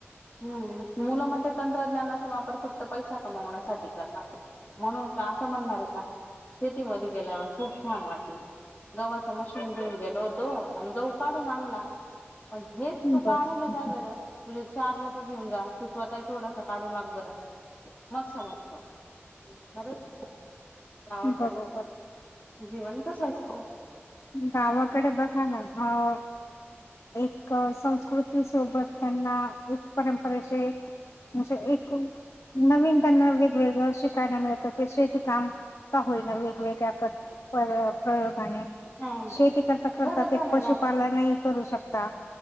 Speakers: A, on the left; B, on the left.
A: हम्म, मुलांना ते तंत्रज्ञानाचा वापर फक्त पैसा कमावण्यासाठी करणार. म्हणून का असं म्हणणार आहे का शेतीमध्ये गेल्यावर खूप छान वाटल. गव्हाचं मशीन घेऊन गेलो होतो. आणि गहू काढून आणला. पण हेच तू
B: बरोबर
A: काढाला जा बरं तुझे चार लोक घेऊन जा तू स्वतः थोडस काढू लाग बर मग समजत. खरंच गावाकडे,
B: बरोबर
A: जीवन कसं असतं.
B: गावाकडे बघाना हाव एक संस्कृत विषय बघताना एक परंपरेचे असे एकूण नवीन त्यांना वेगवेगळं शिकायला मिळतं ते शेती काम का होईल वेगवेगळ्या पद्ध परत प्रयोगाने
A: ह
B: शेती करता करतात
A: खरं
B: ते
A: तर नाही
B: पशुपालनही करू शकता.